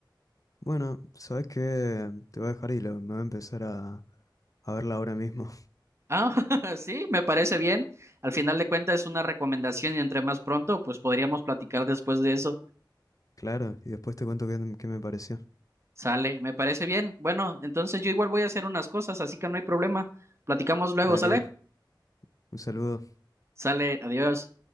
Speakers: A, on the left; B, on the right.
A: Bueno, ¿sabes qué? Te voy a dejar y lo- me voy a empezar a, a verla ahora mismo. <laughs>
B: Ah, <laughs> sí, me parece bien. Al final de cuentas es una recomendación y entre más pronto, pues podríamos platicar después de eso.
A: Claro, y después te cuento qué, qué me pareció.
B: Sale, me parece bien. Bueno, entonces yo igual voy a hacer unas cosas, así que no hay problema. Platicamos luego,
A: Dale,
B: ¿sale?
A: un saludo.
B: Sale, adiós.